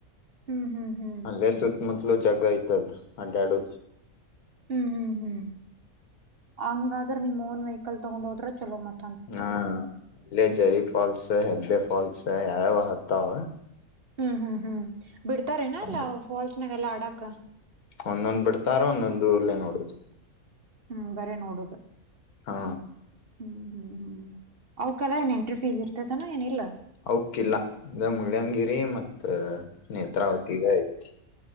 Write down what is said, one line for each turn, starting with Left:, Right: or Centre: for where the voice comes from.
Right: ಹ್ಮ್ ಹ್ಮ್ ಹ್ಮ್
Left: ಅಲ್ಲೇ ಸುತ್ತಮುತ್ತಲುೂ ಜಗ ಐ ಜಗ ಅಲ್ಲಾಡೋದು
Right: ಹ್ಮ್ ಹ್ಮ್ ಹ್ಮ್ ಹಂಗಾದ್ರೆ ನಿಮ್ ಓನ್ ವೆಹಿಕಲ್ ತಗೊಂಡ್ ಹೋದ್ರ ಚಲೋ ಮತ್ತ
Left: ಹಾ ಇಲ್ಲೆ ಜರಿ ಫಾಲ್ಸ್ ಹೆಬ್ಬೆಫಾಲ್ಸ್ ಯಾವಾವ ಹತ್ತು ಅವ
Right: ಹ್ಮ್ ಹ್ಮ್ ಹ್ಮ್ ಬಿಡ್ತಾರೇನಾ ಅಲ್ಲ
Left: ಬಿಡ
Right: ಫಾಲ್ಸ್ನಾಗೆಲ್ಲಾ ಆಡಾಕ
Left: ಒಂದೊಂದ್ ಬಿಡ್ತಾರ ಒಂದೊಂದ್ ಇಲ್ಲಾ ನೋಡೊದು
Right: ಹ್ಮ್ ಬರಿ ನೋಡೊದು
Left: ಹಾ
Right: ಹ್ಮ್ ಹ್ಮ್ ಅವ್ಕಲ್ಲಾ ಏನ್ ಎಂಟ್ರಿ ಫೀಸ್ ಇರ್ತಾತೇನು ಏನಿಲ್ಲಾ
Left: ಅವಕಿಲ್ಲ ಇಗ ಮುಳ್ಳಯಂಗಿರಿ ಮತ್ತ ನೇತ್ರಾವತಿಗೆ ಐತಿ